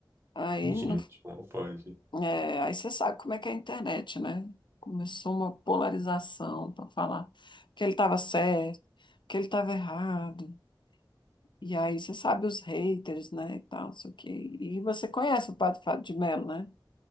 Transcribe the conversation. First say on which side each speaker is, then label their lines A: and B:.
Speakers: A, on the left; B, on the right.
A: Aí
B: Gente,
A: não.
B: como pode?
A: É, aí você sabe como é que é a internet, né? Começou uma polarização para falar que ele estava certo, que ele estava errado. E aí você sabe os haters, né? E tal, isso aqui. E você conhece o Padre Fábio de Melo, né?